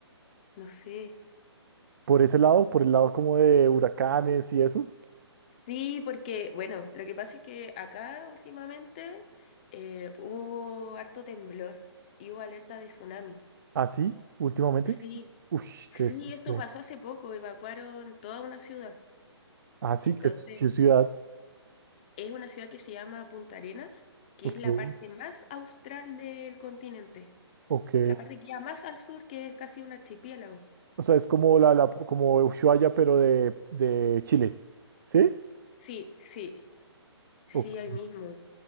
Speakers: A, on the left; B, on the right.
A: no sé.
B: Por ese lado, por el lado como de huracanes y eso.
A: Sí, porque, bueno, lo que pasa es que acá últimamente eh, hubo harto temblor y hubo alerta de tsunami.
B: ¿Así? ¿Últimamente?
A: Sí,
B: Uy,
A: sí,
B: qué susto.
A: esto pasó hace poco, evacuaron toda una ciudad.
B: ¿Así?
A: Entonces,
B: ¿Qué, su- qué ciudad?
A: es una ciudad que se llama Punta Arenas, que
B: Ok,
A: es la parte más austral del continente,
B: ok.
A: la parte que queda más al sur, que es casi un archipiélago.
B: O sea, es como la, la como Ushuaia, pero de, de Chile. ¿Sí?
A: Sí, sí, sí,
B: Ok.
A: ahí mismo.